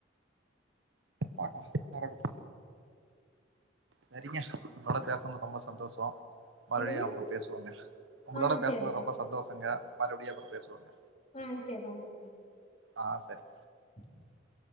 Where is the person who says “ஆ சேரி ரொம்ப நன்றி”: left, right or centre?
Left